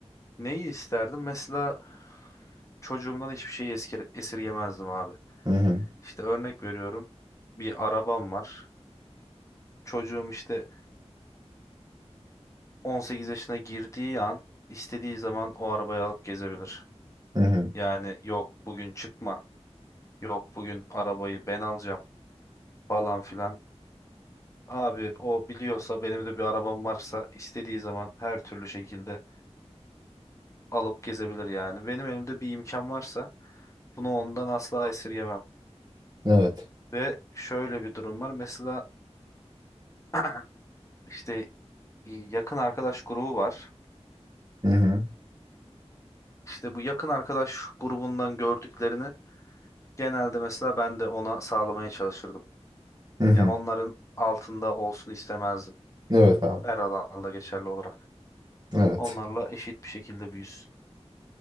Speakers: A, on the left (about 25°); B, on the right (about 35°).
A: Neyi isterdim? Mesela çocuğumdan hiçbir şeyi esker, esirgemezdim abi.
B: Hı hı.
A: İşte örnek veriyorum. Bir arabam var. Çocuğum işte 18 yaşına girdiği an istediği zaman o arabayı alıp gezebilir.
B: Hı hı.
A: Yani yok bugün çıkma, yok bugün arabayı ben alacağım falan filan. Abi o biliyorsa benim de bir arabam varsa istediği zaman her türlü şekilde alıp gezebilir yani. Benim elimde bir imkan varsa bunu ondan asla esirgemem.
B: Evet.
A: Ve şöyle bir durum var. Mesela <clears throat> işte e, yakın arkadaş grubu var.
B: Hı hı.
A: İşte bu yakın arkadaş grubundan gördüklerini Genelde mesela ben de ona sağlamaya çalışırdım.
B: Hı hı.
A: Ya onların altında olsun istemezdim.
B: Evet abi.
A: Her alanda geçerli olarak.
B: Evet.
A: Onlarla eşit bir şekilde büyüsün.